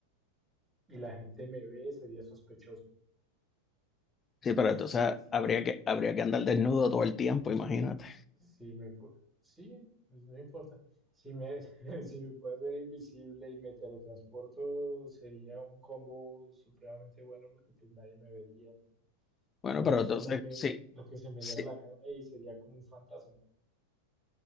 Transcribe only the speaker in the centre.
y la gente me ve, sería sospechoso. Entonces,
Si me pu- sí, pues no importa. Si me, <laughs> si me puedo hacer invisible y me teletransporto, sería un combo supremamente bueno porque pues nadie me vería, ¿no?
Podría
hacer
lo que,
lo que se me
diera la gana y sería como un fantasma.